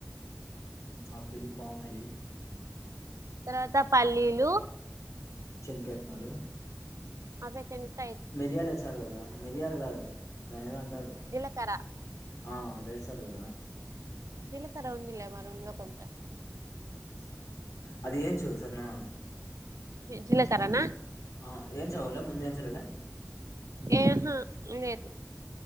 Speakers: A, on the left; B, on the right.
A: హాఫ్ కేజీ పామైలీ
B: తర్వాత పల్లీలు
A: చిన్నకాైత్నాలు
B: అభే చె
A: మిరియాలు వచ్చారు కదా మిరియలు కాదు దానోది అంటారు
B: జీలకర్ర
A: ఆ వేశారు కదా
B: జిలకర ఉందిల్ మి రూంలో కొంచం
A: సరే అది ఏంచు సరేనా
B: జిలకారానా
A: ఆ ఏంచవలే ముందు ఏంచలేలే
B: ఏహా లేదు